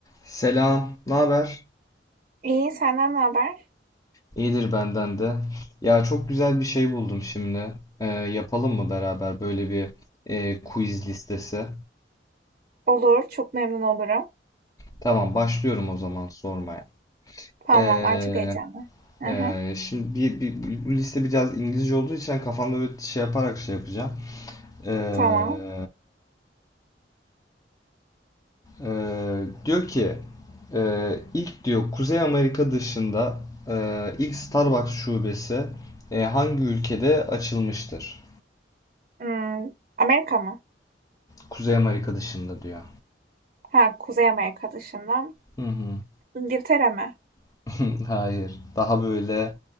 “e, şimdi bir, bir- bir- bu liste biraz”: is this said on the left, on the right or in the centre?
Left